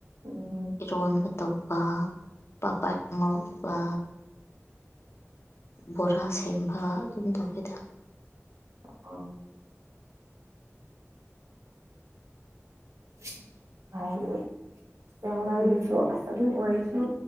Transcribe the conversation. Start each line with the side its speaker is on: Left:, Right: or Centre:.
Right: ꯎꯝ
Left: ꯏꯔꯣꯟꯕ ꯇꯧꯕ ꯄꯄꯥꯠ ꯉꯧꯕ ꯕꯣꯔꯥ ꯁꯦꯝꯕ ꯑꯗꯨꯝ ꯇꯧꯕꯋꯤꯗ꯫
Right: ꯑ <unintelligible> ꯌꯥꯝ ꯂꯥꯏꯕꯁꯨ ꯑꯁ ꯑꯗꯨ ꯑꯣꯏꯔꯁꯨ